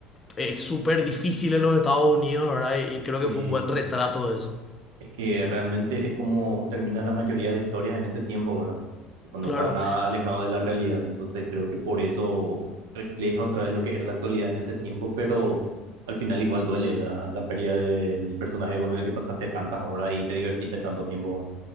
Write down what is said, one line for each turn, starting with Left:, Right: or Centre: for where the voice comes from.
Left: es súper difícil en los Estados Unidos, ¿verdad? Y, y creo
Right: sí.
Left: que fue un buen retrato de eso.
Right: Es que realmente es como terminan la mayoría de historias en ese tiempo, ¿verdad? y pues no
Left: Claro,
Right: está nada alejado de la realidad. Entonces creo que por eso refleja otra vez lo que era la actualidad en ese tiempo, pero al final igual duele la, la pérdida del personaje con el que pasaste tantas horas y te divertiste tanto tiempo.